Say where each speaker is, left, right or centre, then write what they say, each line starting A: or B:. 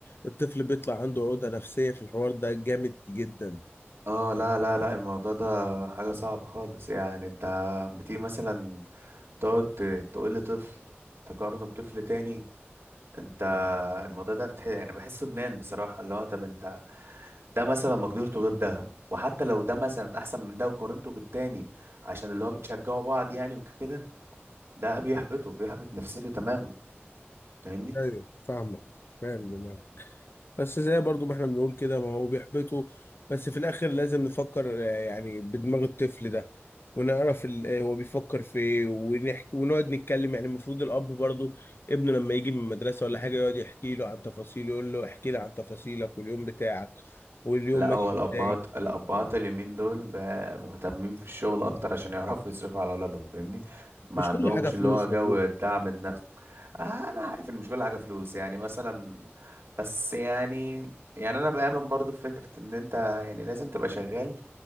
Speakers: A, on the left; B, on the right.
A: الطفل بيطلع عنده عقدة نفسية في الحوار ده جامد جدا
B: اه لا لا لا الموضوع ده حاجة صعبة خالص يعني انت بتيجي مثلا تقعد ت- تقول لطفل تقارنه بطفل تاني انت الموضوع ده بتح... يعني بحسه جنان بصراحة اللي هو طب انت ده مثلا مقدرته غير ده وحتى لو ده مثلا احسن من ده وقارنته بالتاني عشان اللي هو بتشجعوا بعض يعني وكده ده بيحبطه بيحبط نفسيته تماما فاهمني
A: ايوه فاهمه فاهم دماغك بس زي برضو ما احنا بنقول كده ما هو بيحبطه بس في الاخر لازم نفكر آه، يعني بدماغ الطفل ده ونعرف ال- آه، هو بيفكر في ايه ونحكي ونقعد نتكلم يعني المفروض الاب برضو ابنه لما يجي من المدرسه ولا حاجه يقعد يحكي له عن تفاصيله يقول له احكي لي عن تفاصيلك واليوم بتاعك واليوم
B: لا
A: ماشي
B: هو الأبهات
A: ازاي
B: الأبهات اليومين دول بقى مهتمين في الشغل أكتر عشان يعرفوا يصرفوا على أولادهم فاهمني ما
A: مش
B: عندهمش
A: كل حاجه فلوس
B: اللي هو جو
A: والله
B: الدعم النفسي آه أنا عارف إن مش كل حاجة فلوس يعني مثلا بس يعني يعني أنا بآمن برضو في فكرة إن أنت يعني لازم تبقى شغال